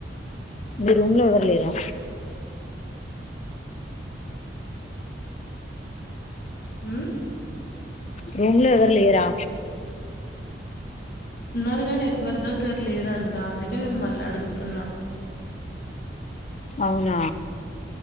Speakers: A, on the left; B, on the left.
A: మీ రూమ్ లో ఎవ్వరు లేరా
B: ఉమ్
A: రూమ్ లో ఎవ్వరులేరా
B: ఉన్నారు గాని ఎవరి దగ్గర లేదంట అందుకే మిమ్మల్ని అడుగుతున్నా
A: అవునా